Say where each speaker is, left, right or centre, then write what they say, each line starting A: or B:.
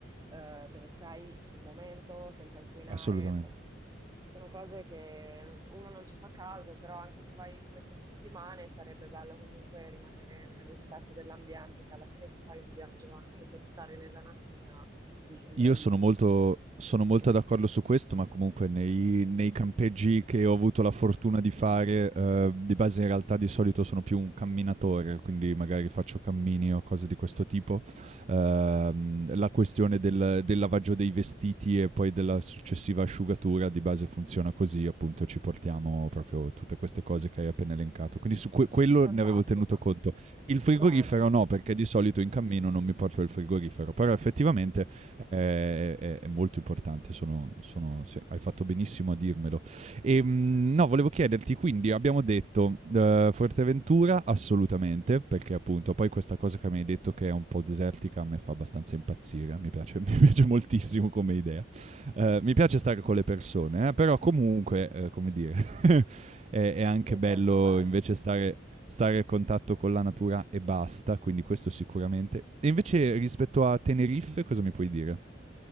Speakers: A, on the right; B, on the right.
A: eh, dove sei sul momento, senza inquinare.
B: Assolutamente.
A: Sono cose che uno non ci fa caso, però anche se vai due o tre settimane sarebbe bello comunque rimanere nel rispetto dell'ambiente, che alla fine ti fai un viaggio anche per stare nella natura, mi sembra
B: Io
A: il
B: sono
A: minimo.
B: molto sono molto d'accordo su questo, ma comunque nei nei campeggi che ho avuto la fortuna di fare, ehm, di base in realtà di solito sono più un camminatore, quindi magari faccio cammini o cose di questo tipo, ehm, la questione del del lavaggio dei vestiti e poi della successiva asciugatura di base funziona così, appunto ci portiamo proprio tutte queste cose che hai appena elencato. Quindi su que quello
A: Fantastico.
B: ne avevo tenuto conto. Il frigorifero
A: Bene.
B: no, perché di solito in cammino non mi porto il frigorifero, però effettivamente è, è- è molto importante, sono- sono- sì, hai fatto benissimo a dirmelo. E, mh, no, volevo chiederti, quindi abbiamo detto eh, Fuerteventura assolutamente, perché appunto poi questa cosa che mi hai detto che è un po' desertica a me fa abbastanza impazzire, mi piace, <laughs> mi piace moltissimo come idea. Eh, mi piace stare con le persone, eh, però comunque, eh, come dire, <laughs> è, è anche
A: Sì, c'è
B: bello
A: il suo bello.
B: invece stare stare a contatto con la natura e basta, quindi questo sicuramente. E invece rispetto a Tenerife, cosa mi puoi dire?